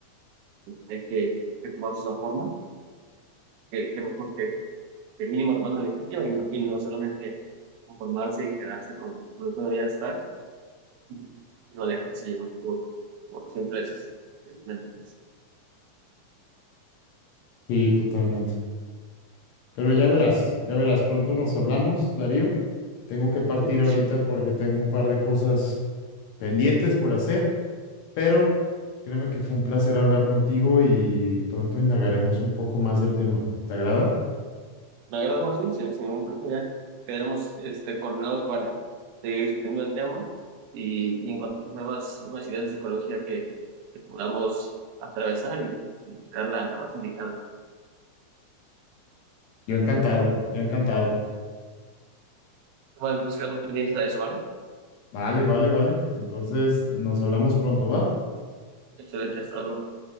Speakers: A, on the right; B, on the left.
A: hay que, que tomarlos de esa forma, que, que mejor que, que mínimo tomando la iniciativa y no, y no solamente conformarse y quedarse con, con lo que uno ya está y no dejarse llevar por, por simples eh, mentes.
B: Sí, totalmente. Pero ya verás, ya verás, pronto nos hablamos, Darío. Tengo que partir
A: Sí,
B: ahorita porque tengo un par de cosas pendientes por hacer, pero créeme que fue un placer hablar contigo y pronto indagaremos un poco más del tema. ¿Te agrada?
A: Me agrada más, sí, sin, sin ningún problema, ya quedaremos este, coordinados para seguir discutiendo el tema y, y encontrar nuevas, nuevas ideas de psicología que, que podamos atravesar y, y buscar la base indicada.
B: Yo encantado, yo encantado.
A: Bueno, entonces quedamos pendientes a eso, ¿vale?
B: Vale, vale, vale. Entonces nos hablamos pronto, ¿va?
A: Excelente, hasta luego.